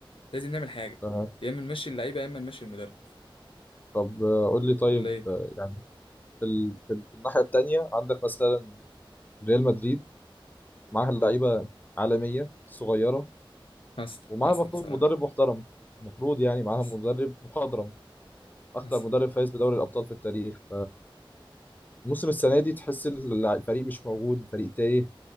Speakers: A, on the left; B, on the left.
A: لازم نعمل حاجه
B: تمام
A: يا اما نمشي اللعيبه يا اما نمشي المدرب
B: طب آه، قول لي طيب
A: ولا ايه
B: آه، يعني في ال... في ال- في الناحيه التانيه عندك مثلا ريال مدريد معاها لعيبه عالميه صغيره
A: حصل
B: ومعاها
A: حصل
B: المفروض
A: بصراحه
B: مدرب محترم المفروض يعني معاها
A: حصل
B: مدرب مخضرم اكتر
A: حصل
B: مدرب فايز بدوري الابطال في التاريخ فموسم السنه دي تحس الع- الفريق مش موجود الفريق تايه